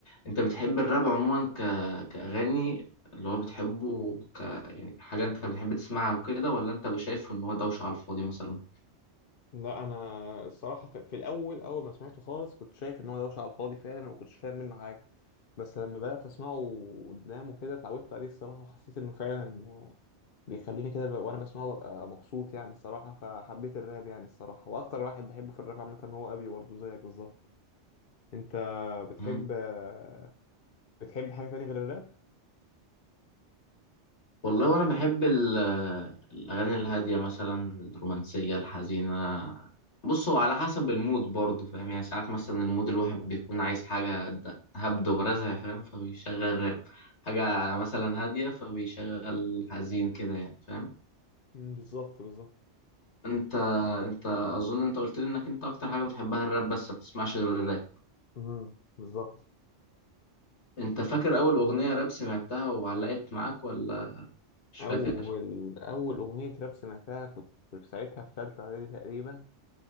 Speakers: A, on the left (about 70°); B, on the left (about 55°).
A: أنت بتحب الراب عموما ك... كأغاني اللي هو بتحبه ك يعني حاجة أنت بتحب تسمعها وكده ولا أنت شايف إن هو دوشة على الفاضي مثلا؟
B: لا انا الصراحه في في الاول اول ما سمعته خالص كنت شايف ان هو دوشه على الفاضي فعلا وما كنتش فاهم منه حاجه بس لما بدات اسمعه قدامه كده اتعودت عليه الصراحه وحسيت انه فعلا آه، بيخليني كده بقى- وانا بسمعه ببقى مبسوط يعني الصراحه فحبيت الراب يعني الصراحه واكتر واحد بحبه في الراب عامه هو ابي برضه زيك بالظبط انت بتحب
A: مم.
B: آه، بتحب حاجه تانية غير الراب
A: والله وانا بحب ال- الاغاني الهاديه مثلا الرومانسيه الحزينه بص هو على حسب المود برضه فاهم يعني ساعات مثلا المود الواحد بيكون عايز حاجه د- هبد ورزع فاهم فبيشغل راب حاجه مثلا هاديه فبيشغل حزين كده يعني فاهم
B: مم، بالظبط بالظبط
A: انت انت اظن انت قلت لي انك انت اكتر حاجه بتحبها الراب بس ما بتسمعش غير الراب
B: امم بالظبط
A: انت فاكر اول اغنيه راب سمعتها وعلقت معاك ولا مش
B: اول
A: فاكر
B: اول اغنيه راب سمعتها كنت كنت ساعتها في ثالثه اعدادي تقريبا